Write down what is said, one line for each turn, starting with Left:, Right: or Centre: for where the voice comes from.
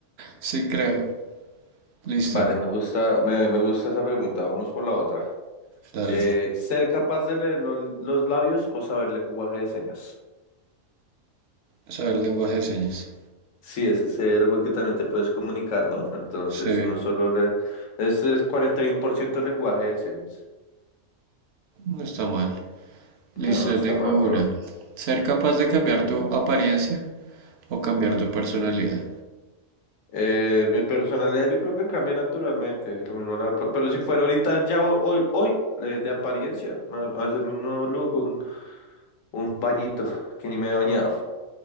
Right: sí creo. Listo.
Left: Vale, me gusta, me, me gusta esa pregunta. Vamos por la otra.
Right: Dale.
Left: Eh, ser capaz de leer lo- los labios o saber lenguaje de señas.
Right: Saber lenguaje de señas.
Left: Sí, ese cero porque también te puedes comunicar, ¿no? Entonces,
Right: Sí,
Left: no solo leer. Este es 41% lenguaje de señas.
Right: no está mal. Listo,
Left: No, no
Right: yo
Left: está
Right: tengo
Left: mal,
Right: una.
Left: bro.
Right: Ser capaz de cambiar tu apariencia o cambiar tu personalidad.
Left: Eh, mi personalidad yo creo que cambia naturalmente. Lo mismo la- pero si fuera ahorita ya ho- hoy, hoy, eh, de apariencia, a- a hacerme un nuevo look, un, un bañito, que ni me he bañado.